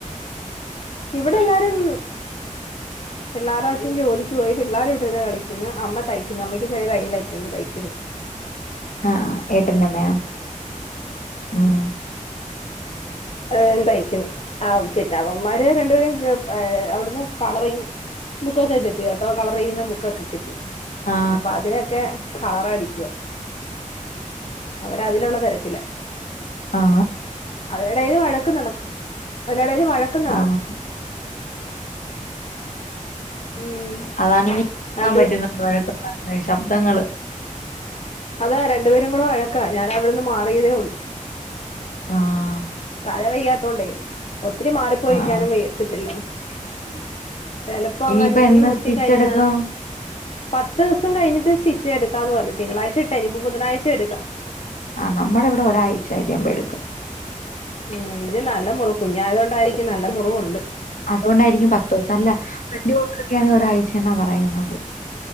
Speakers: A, on the left; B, on the left.
A: ഇവിടെല്ലാരും പിള്ളേർടച്ഛൻ ജോലിക്ക് പോയി, പിള്ളേരുവിടിരുന്ന് കളിക്കുന്ന്, അമ്മ തയ്ക്കുന്ന്, അമ്മയ്ക്ക് ചെറിയ തയ്യലൊക്കെണ്ട് തയ്ക്കുന്ന്.
B: ആ ആ ഏട്ടന്റമ്മയാ ഉം
A: ഏ തയ്ക്കും. ആ പിന്നവന്മാര് രണ്ടുപേരും, ക് ഏഹ്, അവിടുന്ന് കളറിങ്ങ് ബുക്കൊക്കെ കിട്ടി കേട്ടോ കളറെയ്യുന്ന ബുക്കൊക്കെ കിട്ടി.
B: ആ
A: പ്പൊ അതിനൊക്കെ കളറടിക്കുവ. അവരതിലുള്ള തെരക്കില
B: ആ
A: അതിന് ടേല് വഴക്ക് നടക്കു- ടേല് വഴക്ക് നടക്കും
B: ആ
A: <inaudible> ഉം
B: അതാണെകിൽ കേക്കാൻ
A: രണ്ട്
B: പറ്റുന്ന പ്രായ <unintelligible> ശബ്ദങ്ങള്
A: അതാ രണ്ടു പേരും കൂടെ വഴക്കാ ഞാൻ അവിടെന്ന് മാറിയതേ ഉള്ളു
B: ആഹ്
A: തല വെയ്യാത്തോണ്ടേ ഒത്തിരി മാറിപ്പോയിരിക്കാനും
B: ആ
A: വയ്ക്കത്തിഇല്ല <inaudible> ചെലപ്പോ
B: ഇനിയിപ്പ
A: അങ്ങാൻ ഇനിയും
B: എന്ന്
A: മുട്ടിക്കഴിഞ്ഞ
B: സ്റ്റിച്ച് എടുക്കും
A: പത്ത് ദിവസം കഴിഞ്ഞിട്ട് സ്റ്റിച്ച് എടുക്കും ക്കാന്ന് പറഞ്ഞ തിങ്കളഴ്ചയിട്ടെ ഇനിപ്പോ ബുധനാഴ്ച്ചയെടുക്കാം
B: ആ നമ്മുടെ ഇവിടെ ഒരാഴ്ചായിയുമ്പോഴെടുക്കും
A: ഉം ഇത് നല്ല മുറ് കുഞ്ഞായത് കൊണ്ടായിരിക്കും നല്ല മുറുവുണ്ട്
B: അതുകൊണ്ടായിരിക്കും പത്തോസം അല്ല വല്യോർക് ക്കാണെങ്കി ഒരാഴ്ചെന്നാ പറയുന്നത്